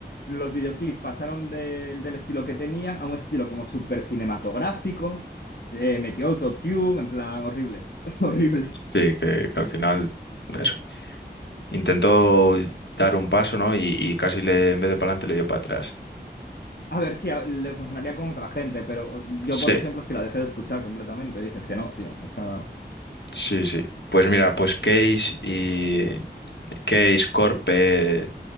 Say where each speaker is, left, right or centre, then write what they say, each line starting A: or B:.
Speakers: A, on the left (about 65°); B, on the left (about 85°).
A: los videoclips pasaron del del estilo que tenían a un estilo como súper cinematográfico. eh, metió autotune, en plan horrible, <laughs> horrible.
B: sí, que, que al final, eso. Intentó dar un paso, ¿no? Y, y casi le, en vez de para adelante le dio para atrás.
A: A ver, sí, a- le funcionaría con otra gente, pero yo,
B: Sí,
A: por ejemplo, es que la dejé de escuchar completamente. Dije, es que no, tío, o sea...
B: sí, sí. Pues mira, pues Case y Case, Corpe,